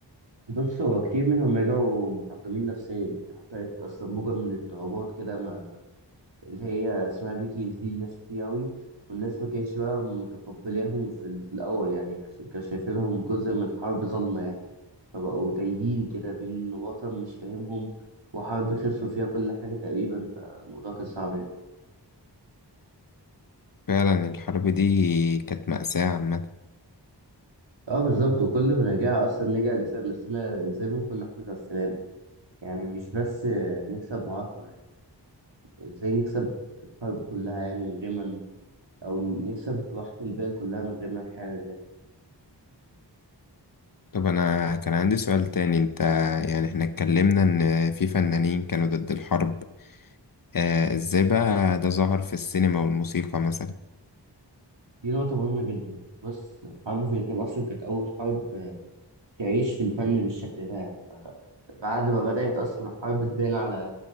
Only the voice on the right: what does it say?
بص هو كتير منهم رجعوا محطمين نفسيا يعني حصلت أصلا موجة من الاضطرابات كده اللي هي اسمها بي تي اس دي لناس كتير أوي والناس ما كانتش بقى متقبلاهم في, ال- في الأول يعني عشان كانوا شايفينهم جزء من حرب ظلمة يعني فبقوا تايهين كده بين وطن مش فاهمهم وحرب خسروا فيها كل حاجة تقريبا فالموضوع كان صعب يعني
اه بالظبط وكل ما نرجع أصلا نرجع نسأل نفسنا ازاي ممكن نحافظ على السلام يعني مش بس آه، نكسب معركة يعني ازاي نكسب الحرب كلها يعني من غير ما ن- أو نكسب راحة البال كلها من غير ما نحارب يعني
دي نقطة مهمة جدا بص حرب فيتنام أصلا كانت أول حرب آه، تعيش في الفن بالشكل ده يعني ب- بعد ما بدأت أصلا الحرب تبان على